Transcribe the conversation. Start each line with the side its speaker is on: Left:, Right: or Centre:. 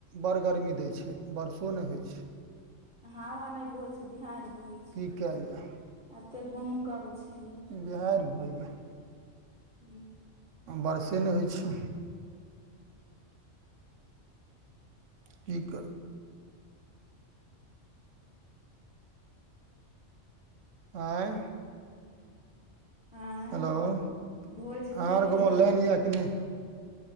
Right: बड़ गरमी दै छै बर्षो नै होय छै।
Centre: हवा नै बहै छै बिहैर बहेै
Right: की केएल जेए।
Centre: एते गुमकल छै।
Right: बिहैर बहइया।
Centre: हूँ।
Right: बर्षए नै होय छै। की कर आँय
Centre: आँय
Right: हेलो आहाँ
Centre: भोज खैलियै
Right: और गाँव मे लैन यए कि नैय।